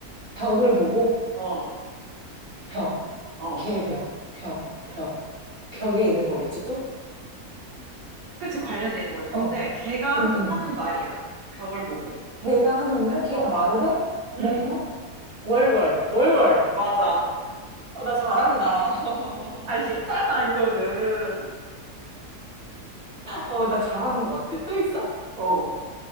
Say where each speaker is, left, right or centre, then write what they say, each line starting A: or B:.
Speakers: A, on the right; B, on the right.
A: 벽을 보고,
B: 어,
A: 벽.
B: 어.
A: 개벽. 벽. 벽. 벽에 있는 거겠지, 또?
B: 그치, 관련돼 있는 거지. 근데
A: 어.
B: 걔가
A: 응, 응.
B: 하는 말이야. 벽을 보고.
A: 개가 하는 말? 개가
B: 어,
A: 말을 해? 멍멍?
B: 이 응,
A: 월월. 월월.
B: 맞아.
A: 어, 나 잘한다.
B: 아, 쉽잖아,
A: <laughs>
B: 이거는.
A: 어, 나 잘하는 것 같아. 또 있어?
B: 어.